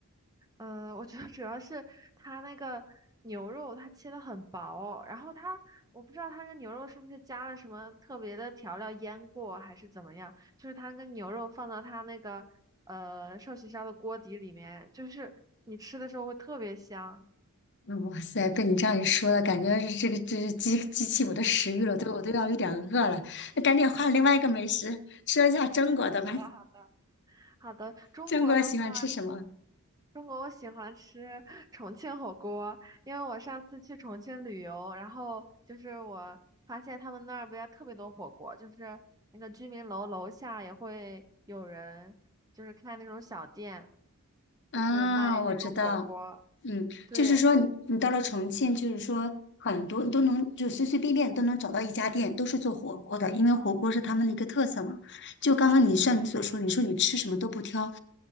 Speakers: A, on the right; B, on the left.
A: 嗯呃我觉得主要是它那个牛肉它切的很薄，然后它我不知道它那个牛肉是不是加了什么特别的调料腌过还是怎么样，就是它那个牛肉放到它那个呃寿喜烧的锅底里面，就是你吃的时候会特别香。
B: 嗯哇塞，被你这样一说了，感觉是这个这是激激起我的食欲了，对我都要有点饿了。那赶紧换另外一个美食，说一下中国的吧。
A: 好的，好的，好的，中国的话。
B: 中国喜欢吃什么？
A: 中国我喜欢吃 <laughs> 重庆火锅，因为我上次去重庆旅游，然后就是我发现他们那儿边特别多火锅，就是那个居民楼楼下也会有人就是开那种小店，
B: 啊，
A: 就是卖那种火锅。
B: 我知道，嗯，
A: 对，
B: 就是说你你到了重庆，就是说很多你都能就随随便便都能找到一家店，都是做火锅的，因为火锅是他们的一个特色嘛。就刚刚你像你所说，你说你吃什么都不挑，